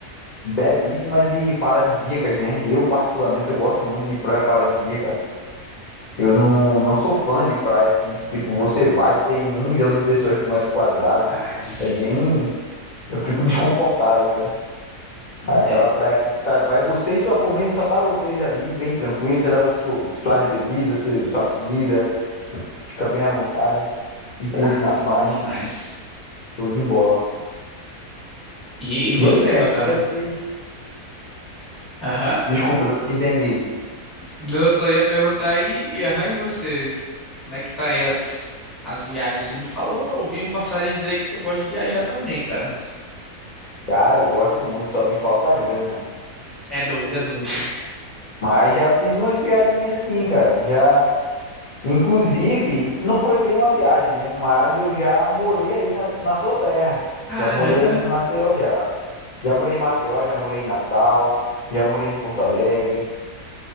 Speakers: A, on the left (about 50°); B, in the centre.
A: belíssimas e paradisíacas, né? Eu, particularmente, eu gosto muito de praia paradisíaca. Eu não, não sou fã de praia assim, que tipo, você vai e tem um milhão de pessoas por metro quadrado.
B: Ah, é difícil.
A: É bem,
B: É,
A: Eu fico desconfortável, sabe? Aí aquela
B: é
A: praia que tá, vai você e sua família e só tá vocês ali, bem tranquilo. Você leva sua, sua bebida, seu- sua comida, fica bem à vontade e curte
B: nossa,
A: na paz.
B: é bom demais.
A: Show de bola.
B: E, e
A: E
B: você,
A: aí, cara,
B: meu
A: tu
B: caro?
A: já fez?
B: Aham.
A: Desculpa, eu não te entendi.
B: Não, eu só ia perguntar aí, e aham, e você? Como é que tá aí as, as viagens? Você me falou, eu ouvi um passarinho dizer que você gosta de viajar também, cara.
A: Cara, eu gosto muito, só me falta a grana.
B: É dois, é dois.
A: Mas já fiz umas viagens assim, cara. Já Inclusive, não foi bem uma viagem, né? Mas eu já morei aí na, na sua terra.
B: <laughs> Caramba!
A: Já morei aí em Maceió, já. Já morei em Maceió, já morei em Natal, já morei em Porto Alegre.